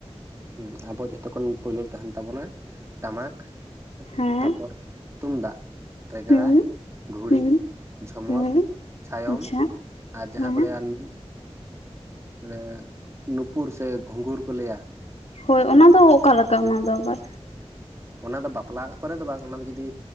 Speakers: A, on the right (about 25°); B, on the left (about 75°).
A: ᱦᱩᱸ ᱟᱵᱚᱣᱟᱜ ᱡᱚᱛᱚ ᱠᱷᱚᱱ ᱯᱳᱭᱞᱳ ᱛᱟᱦᱮᱱ ᱛᱟᱵᱚᱱᱟ ᱴᱟᱢᱟᱠ
B: ᱦᱮᱸ
A: ᱛᱟᱯᱚᱨ ᱛᱩᱢᱫᱟᱜ, ᱨᱮᱜᱽᱲᱟ,
B: ᱦᱩᱸ
A: ᱜᱷᱩᱲᱤ
B: ᱦᱩᱸ
A: ᱡᱷᱚᱢᱚᱨ,
B: ᱦᱩᱸ
A: ᱪᱷᱟᱭᱚᱢ
B: ᱟᱪᱪᱷᱟ᱾
A: ᱟᱨ ᱡᱟᱦᱟᱸ
B: ᱦᱮᱸ
A: ᱠᱚ ᱞᱟᱹᱭᱟ ᱟᱸᱜ ᱚᱱᱮ ᱱᱩᱯᱩᱨ ᱥᱮ ᱜᱷᱩᱸᱜᱩᱨ ᱠᱚ ᱞᱟᱹᱭᱟ᱾
B: ᱦᱳᱭ ᱚᱱᱟᱫᱚ ᱚᱠᱟ ᱞᱮᱠᱟ ᱚᱱᱟ ᱫᱚ ᱟᱵᱟᱨ?
A: ᱚᱱᱟ ᱫᱚ ᱵᱟᱯᱞᱟ ᱚᱲᱟᱜ ᱠᱚᱨᱮ ᱫᱚ ᱵᱟᱝ ᱚᱱᱟ ᱫᱚ ᱡᱩᱫᱤ